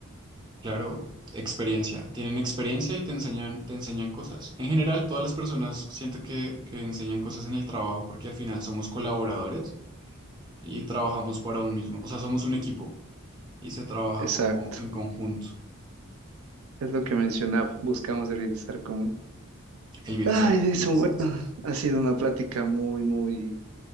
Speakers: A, on the right; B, on the right.
A: claro. Experiencia, tienen experiencia y te enseñan, te enseñan cosas. En general, todas las personas siento que, que enseñan cosas en el trabajo porque al final somos colaboradores y trabajamos para un mismo, o sea, somos un equipo. y se trabaja
B: Exacto,
A: como en conjunto,
B: es lo que mencionaba, buscamos el bienestar común.
A: el bienestar
B: Ay,
A: común,
B: Edison,
A: exacto.
B: bueno, ha sido una plática muy, muy